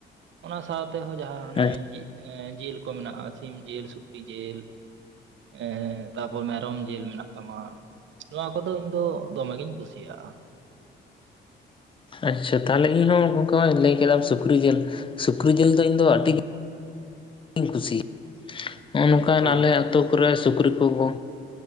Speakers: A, on the right; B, on the left.
A: ᱚᱱᱟ ᱥᱟᱶᱛᱮᱦᱚᱸ ᱡᱟᱦᱟᱸ ᱚᱱᱮ
B: ᱦᱮᱸ
A: ᱡᱤ ᱡᱤᱞ ᱠᱚ ᱢᱮᱱᱟᱜᱼᱟ ᱥᱤᱢ ᱡᱤᱞ ᱥᱩᱠᱨᱤ ᱡᱤᱞ। ᱮᱸᱻ ᱛᱟᱯᱚᱨ ᱢᱮᱨᱚᱢ ᱡᱤᱞ ᱢᱮᱱᱟᱜᱼᱟ। ᱟᱭᱢᱟ ᱱᱚᱣᱟ ᱠᱚᱫᱚ ᱤᱧ ᱫᱚ ᱫᱚᱢᱮ ᱜᱤᱧ ᱠᱩᱥᱤᱭᱟᱜᱼᱟ।
B: ᱟᱪᱪᱷᱟ ᱛᱟᱦᱟᱞᱮ ᱤᱧᱦᱚᱸ ᱚᱱᱠᱟᱢᱟ ᱞᱟᱹᱭ ᱠᱮᱫᱟᱢ ᱥᱩᱠᱨᱤ ᱡᱤᱞ᱾ ᱥᱩᱠᱨᱤ ᱡᱤᱞ ᱫᱚ ᱤᱧ ᱫᱚ ᱟᱹᱰᱤ ᱼᱼ ᱟᱹᱰᱤᱧ ᱠᱩᱥᱤᱭᱟᱜᱼᱟ᱾ ᱱᱚᱜᱼᱚ ᱱᱚᱝᱠᱟᱱ
A: ᱦᱳᱭ
B: ᱟᱞᱮ ᱼᱼ ᱟᱹᱛᱩ ᱠᱚᱨᱮ ᱥᱩᱠᱨᱤ ᱠᱚ ᱠᱚ